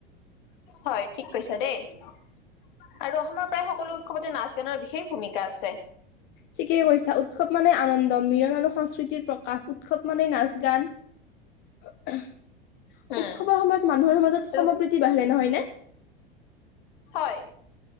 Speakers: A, on the left (about 60°); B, on the left (about 40°).
A: হয় ঠিক কৈছা দেই। আৰু অসমৰ প্ৰায় সকলো খৱতে নাচ গানৰ বিশেষ ভূমিকা আছে
B: ঠিকে কৈছা উৎসৱ মানে আনন্দ মিৰন আৰু সংস্কৃতিৰ প্ৰকাশ উৎসৱ মানে নাচ গান <inaudible>
A: উম
B: উৎসৱৰ সময়ত মানুহৰ মাজত
A: আৰু
B: সমপ্ৰীতি বাঢ়িলে নহয়নে
A: হয়